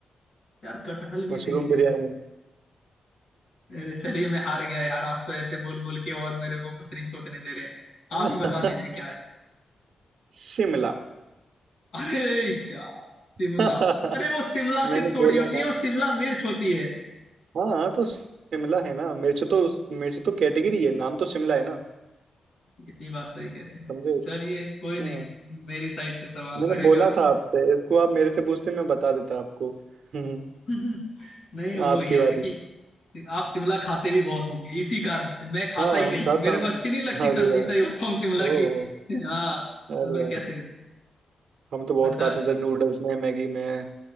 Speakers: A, on the left; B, on the right.
A: यार कटहल भी
B: मशरूम
A: नहीं है
B: बिरयानी
A: अरे चलिए मैं हार गया यार आप तो ऐसे बोल बोल के और मेरे को कुछ नहीं सोचने दे रहे
B: <laughs>
A: आप ही बता दीजिए क्या है
B: शिमला
A: अरे यार शिमला
B: <laughs>
A: अरे वो शिमला
B: मैंने
A: सिर्फ थोड़ी
B: बोला
A: होती है
B: ना
A: वो शिमला मिर्च होती है
B: हाँ हाँ तो शिमला है ना मिर्च तो मिर्च तो कैटेगरी है नाम तो शिमला है ना
A: इतनी बात सही कह रहे हैं
B: समझे
A: चलिए कोई
B: हाँ
A: नहीं मेरी साइड से सवाल
B: मैंने
A: रहेगा
B: बोला
A: आपसे
B: था आपसे इसको आप मेरे से पूछते मैं बता देता आपको हम्म,
A: <laughs> नहीं वो
B: आपकी
A: ही है
B: बारी
A: ना कि आप शिमला खाते भी बहुत होंगे इसी कारण से मैं खाता
B: हाँ
A: ही नहीं
B: खाता
A: मेरे
B: हूँ
A: को अच्छी नहीं लगती
B: अरे
A: सब्जी
B: यार
A: सही बताऊं शिमला
B: ओ
A: की हाँ
B: अरे
A: तो मैं
B: यार
A: कैसे
B: हम तो बहुत
A: अच्छा
B: खाते हैं इधर नूडल्स में मैगी में